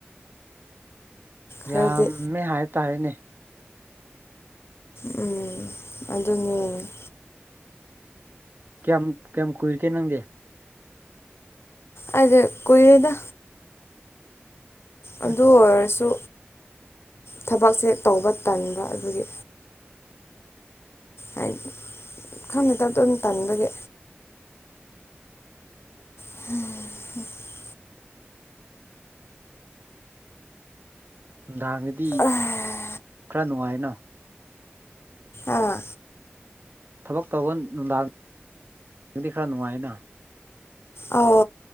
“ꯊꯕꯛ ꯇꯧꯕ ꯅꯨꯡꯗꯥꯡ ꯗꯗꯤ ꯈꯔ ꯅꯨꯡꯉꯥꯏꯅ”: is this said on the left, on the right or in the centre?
Right